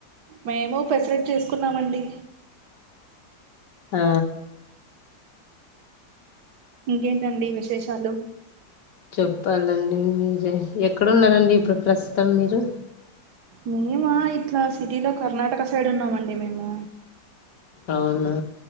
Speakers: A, on the right; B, on the left.
A: మేము పెసరట్ చేసుకున్నామండి
B: ఆ
A: ఇంకేంటండి విశేషాలు
B: చెప్పాలండి మీరే ఎక్కడున్నారండి ఇప్పుడు ప్రస్తుతం మీరు
A: మేమ ఇట్లా సిటీలో కర్ణాటక సైడ్ ఉన్నామండి మేము
B: అవునా